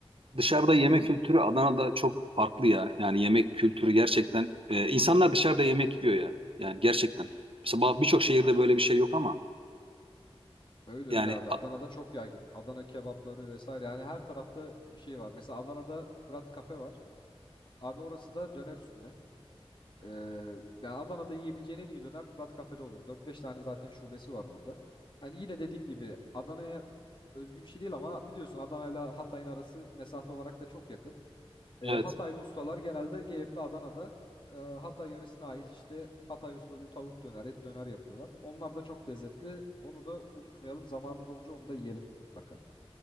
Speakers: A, on the right; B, on the left.
A: Dışarıda yemek kültürü Adana'da çok farklı ya. Yani yemek kültürü gerçekten e, insanlar dışarıda yemek yiyor ya. Yani gerçekten. Mesela ba- birçok şehirde böyle bir şey yok ama
B: Öyle öyle
A: yani
B: abi.
A: a-
B: Adana'da çok yaygın. Adana kebapları vesaire. Yani her tarafta bir şey var. Mesela Adana'da Fırat Kafe var. Abi orası da döner üstüne. Ee, yani Adana'da yiyebileceğin en iyi döner Fırat Kafe'de olur. Dört beş tane zaten şubesi var burada. Hani yine dediğim gibi Adana'ya özgü bir şey değil ama biliyorsun Adana'yla Hatay'ın arası mesafe olarak da çok yakın. Ee,
A: evet
B: Hataylı ustalar genelde gelip de Adana'da e, Hatay yöresine ait işte Hatay usulü tavuk döner, et döner yapıyorlar. Onlar da çok lezzetli. Onu da unutmayalım. Zamanımız olunca onu da yiyelim mutlaka.